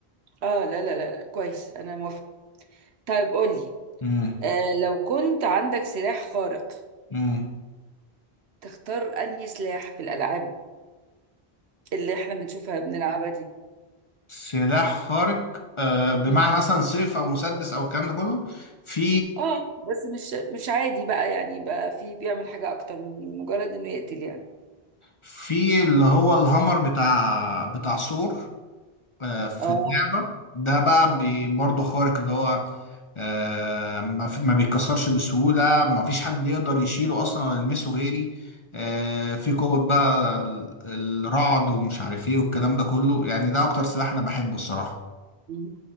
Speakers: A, on the right; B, on the left.
A: اه لا لا لا, لا. كويس انا موافقه طيب قولي
B: مم.
A: آه لو كنت عندك سلاح خارق
B: مم.
A: تختار انهي سلاح في الالعاب اللي احنا بنشوفها بنلعبها دي
B: سلاح خارق آه، بمعنى
A: مم.
B: مثلا سيف او مسدس او الكلام ده كله في
A: اه بس مش مش عادي بقى يعني بقى في بيعمل حاجة اكتر من مجرد انه يقتل يعني
B: في اللي هو الهامر بتاع بتاع ثور آه، في
A: اه
B: اللعبة ده بقى بي- برضه خارق اللي هو آه، ما في- ما بيتكسرش بسهولة ما فيش حد يقدر يشيله اصلا ولا يلمسه غيري آه، في قوة بقى ال- الرعد ومش عارف ايه والكلام ده كله يعني ده اكتر سلاح انا بحبه الصراحة
A: مم.